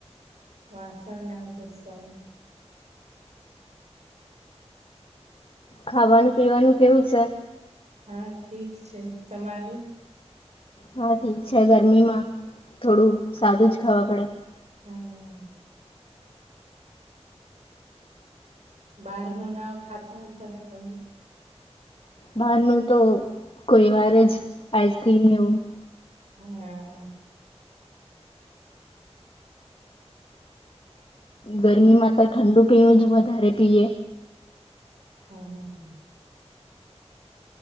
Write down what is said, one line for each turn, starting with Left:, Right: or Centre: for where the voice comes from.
Right: વાસણ ના આવું ઘસવાનું
Left: ખાવાનું પીવાનું કેવું છે
Right: હા ઠીક છે તમારું
Left: હા ઠીક છે ગરમીમાં થોડું સાવાદું જ ખાવા પડે
Right: હા બારનું નાવ ખાતા હશે ને તમે
Left: બાર ન તો કોઈ વાર જ આઈસક્રીમ લનેવું
Right: હા
Left: ગરમીમાં તો ઠંડુ પીણું જ વધારે પીએ
Right: હા હા હા